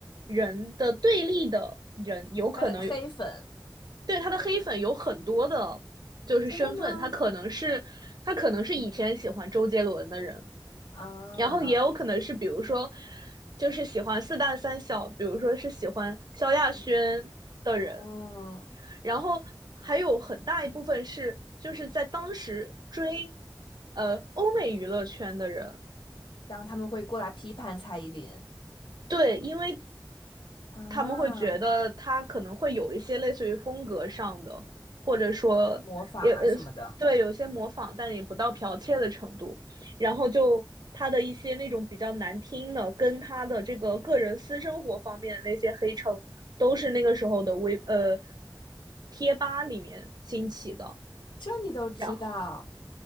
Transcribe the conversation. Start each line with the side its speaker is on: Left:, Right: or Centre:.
Right: 人的对立的人，有可能有
Left: 他的黑粉，
Right: 对他的黑粉有很多的，就是身份，
Left: 真的吗？
Right: 他可能是他可能是以前喜欢周杰伦的人，
Left: 啊，
Right: 然后也有可能是比如说就是喜欢四大三小，比如说是喜欢萧亚轩的人，
Left: 嗯，
Right: 然后还有很大一部分是就是在当时追呃欧美娱乐圈的人。
Left: 然后他们会过来批判蔡依林
Right: 对，因为
Left: 啊，
Right: 他们会觉得他可能会有一些类似于风格上的，或者说也呃对有些模仿，
Left: 模仿啊什么的，
Right: 但也不到剽窃的程度。然后就他的一些那种比较难听的，跟他的这个个人私生活方面的那些黑称，都是那个时候的微呃贴吧里面兴起的。
Left: 这你都知道
Right: 然后，